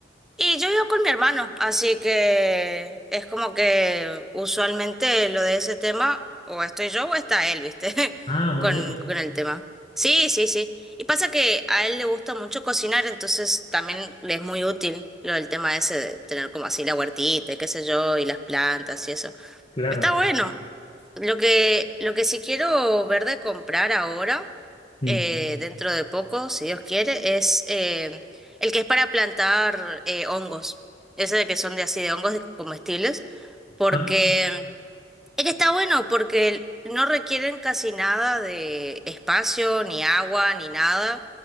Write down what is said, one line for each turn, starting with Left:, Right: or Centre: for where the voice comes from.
Centre: Y yo vivo con mi hermano, así que es como que usualmente lo de ese tema, o estoy yo o está él, ¿viste? <laughs>
Left: Ah, muy
Centre: Con,
Left: bien,
Centre: con el tema. Sí, sí, sí. Y pasa que a él le gusta mucho cocinar, entonces también le es muy útil lo del tema ese de tener como así la huertita y qué sé yo, y las plantas y eso.
Left: claro.
Centre: Está bueno. Lo que, lo que sí quiero ver de comprar ahora
Left: Mm.
Centre: eh, dentro de poco, si Dios quiere, es eh, el que es para plantar eh, hongos. Ese de que son de así de hongos de- comestibles, porque
Left: Ah,
Centre: es que está bueno, porque no requieren casi nada de espacio, ni agua, ni nada.